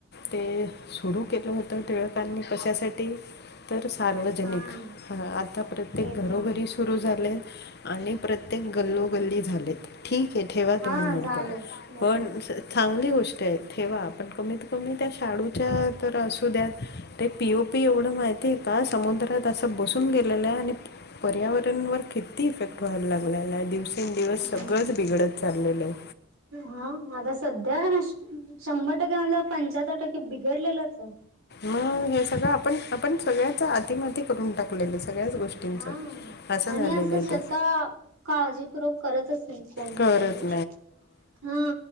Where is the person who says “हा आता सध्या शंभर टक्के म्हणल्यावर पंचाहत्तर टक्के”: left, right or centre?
Right